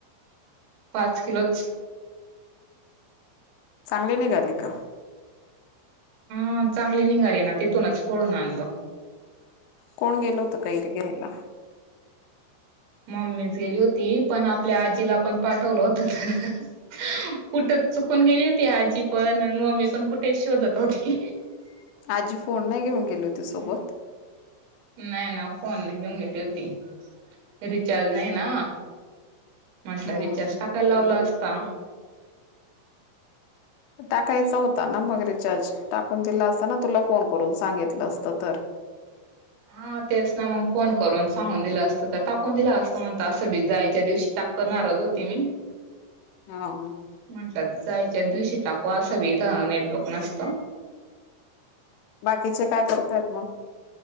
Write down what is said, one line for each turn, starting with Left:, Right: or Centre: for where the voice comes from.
Right: पाच किलोच.
Left: चांगली निघाली का?
Right: हा चांगली निघाली ना तिथूनच फोडून आणलो.
Left: कोण गेल होत कैर घ्यायला?
Right: मम्मीच गेली होती पण आपल्या आजीला पण पाठवलं होत त. <inaudible> कुठ चुकून गेली होती आजी पण आणि मम्मी पण कुठे शोधत होती. <inaudible>
Left: आजी फोन नाही घेऊन गेली होती सोबत?
Right: नाही ना फोन नाही घेऊन गेली होती रिचार्ज नाही ना. म्हटलं
Left: हम्म
Right: रिचार्ज टाकायला लावला असता.
Left: टाकायचा होता ना मग रिचार्ज टाक मग दिला असताना तुला फोन करून सांगितलं असत तर.
Right: हा तेच ना मग फोन करून सांगून दिलं असतं तर टाकून दिला अस म्हणत असं बी जायाच्या दिवशीबी टाकरणारच होते मी
Left: हा
Right: म्हट जायच्या दिवशी टाकु असं भी इथं नेटवर्क नसत.
Left: बाकीचे काय करतायत मग?